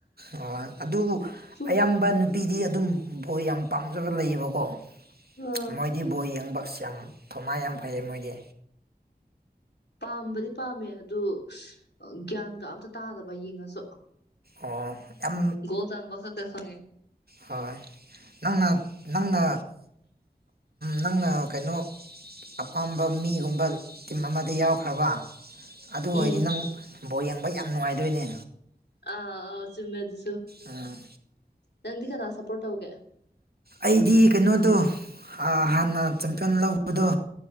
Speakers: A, on the right; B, on the left.
A: ꯍ ꯑꯗꯨꯕꯨ
B: ꯐꯨꯠ
A: ꯑꯌꯥꯝꯕ ꯅꯨꯄꯤꯗꯤ ꯑꯗꯨꯝ ꯕꯣ ꯌꯥꯝ ꯄꯥꯝꯖꯕ ꯂꯩꯌꯦꯕꯀꯣ
B: ꯑ
A: ꯃꯣꯏꯗꯤ ꯕꯣ ꯌꯦꯡꯕ ꯑꯁ ꯌꯥꯝ ꯊꯧꯅꯥ ꯌꯥꯝ ꯐꯩ ꯃꯣꯏꯗꯤ
B: ꯄꯥꯝꯕꯗꯤ ꯄꯥꯝꯃꯦ ꯑꯗꯨ ꯒ꯭ꯌꯥꯟꯒ ꯑꯝꯇ ꯇꯥꯗꯕ ꯌꯦꯡꯉꯁꯨ
A: ꯑꯣ ꯌꯥꯝ
B: ꯣꯜ ꯆꯕꯈ ꯀ
A: ꯍꯣꯏ ꯅꯪꯅ ꯅꯪꯅ
B: <unintelligible>
A: ꯅꯪꯅ ꯀꯩꯅꯣ ꯑꯄꯥꯝꯕ ꯃꯤꯒꯨꯝꯕ ꯇꯤꯝ ꯑꯃꯗ ꯌꯥꯎꯈ꯭ꯔꯕ ꯑꯗꯨ ꯑꯣꯏꯔꯗꯤ
B: ꯎꯝ
A: ꯅꯪ ꯕꯣꯔ ꯌꯦꯡꯕ ꯌꯥꯝ ꯅꯨꯡꯉꯥꯏꯗꯣꯏꯅꯦ
B: ꯑꯥ ꯑꯥꯎ ꯆꯃꯦ ꯑꯗꯨ
A: ꯑ
B: ꯅꯪꯗꯤ ꯀꯅꯥ ꯁꯞꯄꯣꯔꯠ ꯇꯧꯒꯦ
A: ꯑꯩꯗꯤ ꯀꯩꯅꯣꯗꯣ ꯍꯥꯟꯅ ꯆꯝꯄꯤꯌꯟ ꯂꯧꯕꯗꯣ